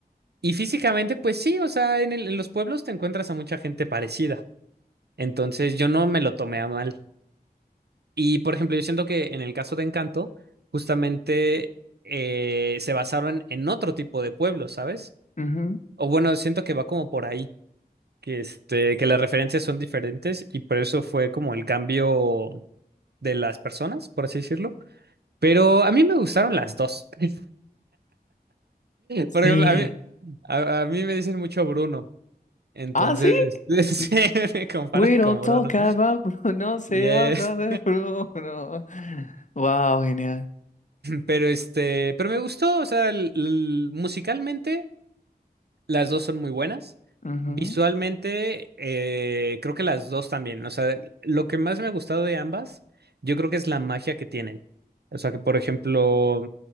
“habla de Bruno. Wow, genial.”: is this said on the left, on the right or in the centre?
Left